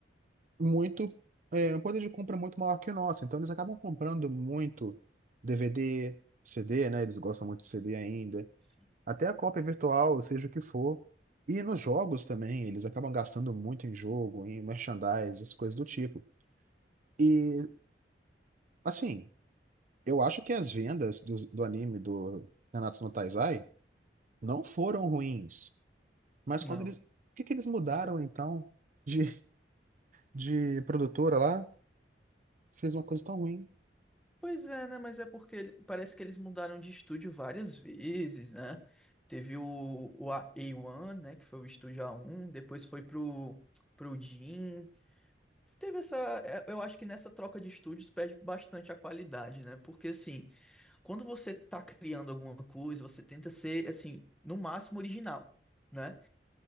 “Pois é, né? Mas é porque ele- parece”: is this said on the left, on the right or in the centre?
Centre